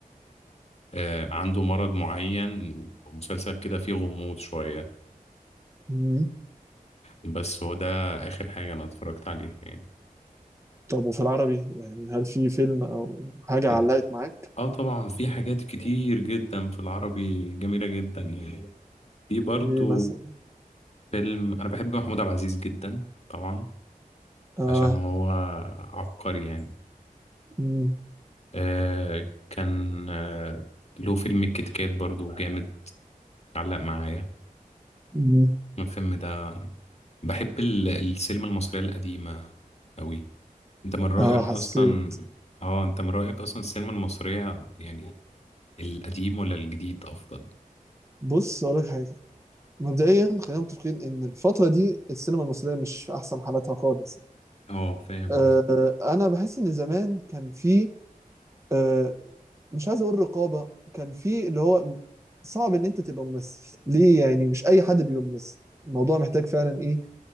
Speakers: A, on the left; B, on the right.
A: آه، عنده مرض معين ومسلسل كده فيه غموض شوية
B: مم.
A: بس هو ده آخر حاجة أنا اتفرجت عليها يعني
B: طب وفي العربي يعني هل في فيلم او حاجة علقت
A: ال-
B: معاك؟
A: اه طبعا في حاجات كتير جدا في العربي جميلة جدا يعني في برضو
B: ايه مثلا؟
A: فيلم أنا بحب محمود عبد العزيز جدا طبعا
B: اه
A: عشان هو عبقري يعني
B: مم.
A: آه كان آه له فيلم الكيت كات برضو جامد علق معايا
B: مم.
A: الفيلم ده بحب ال- السينما المصرية القديمة أوي انت من رأيك
B: اه حسيت
A: اصلا اه انت من رأيك اصلا السينما المصرية يعني القديم ولا الجديد افضل
B: بص اقول لك حاجة مبدئيا خلينا متفقين ان الفترة دي السينما المصرية مش في احسن حالاتها خالص
A: اه فاهم
B: آه
A: قصدي.
B: انا بحس ان زمان كان في آه مش عايز اقول رقابة كان في اللي هو صعب ان انت تبقى ممثل ليه يعني مش اي حد بيبقى ممثل الموضوع محتاج فعلا ايه